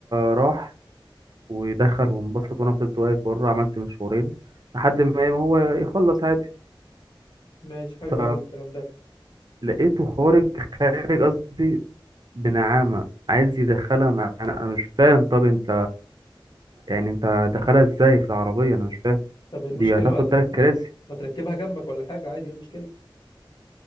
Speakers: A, on the right; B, on the left.
A: راح ودخل وانبسط وانا فضلت واقف بره عملت مشوارين لحد ما ايه ما هو يخلص عادي
B: ماشي حلو
A: ف
B: قوي الكلام ده
A: لقيته خارج خارج قصدي بنعامة عايز يدخلها معانا انا مش فاهم طب انت يعني انت دخلها ازاي في العربية انا مش فاهم
B: طب ايه
A: دي
B: المشكله
A: هتاخد
B: ما
A: تلات
B: ما تر-
A: كراسي
B: ما تركبها جنبك ولا حاجه عادي ايه المشكله